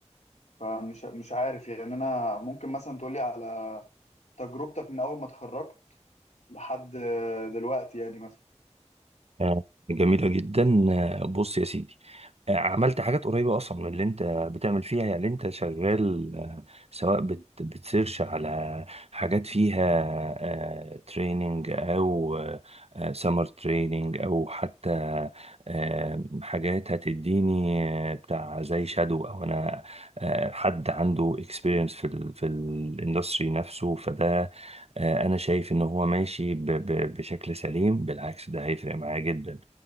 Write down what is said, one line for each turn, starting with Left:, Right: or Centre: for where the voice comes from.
Left: فمش مش عارف يعني انا ممكن مثلا تقولي على تجربتك من اول ما اتخرجت لحد آه، دلوقتي يعني مثلا
Right: آه، جميلة جدا آه، بص يا سيدي آه، عملت حاجات قريبة أصلا من اللي أنت بتعمل فيها يعني أنت شغال آه، سواء بت بتسيرش على حاجات فيها تريننج أو سمر تريننج أو حتى آه، حاجات هتديني آه، بتاع زي شادو أو أنا آه، حد عنده اكسبيرينس في ال في الاندستري نفسه فده آه، انا شايف ان هو ماشي ب- ب- بشكل سليم بالعكس ده هيفرق معايا جدا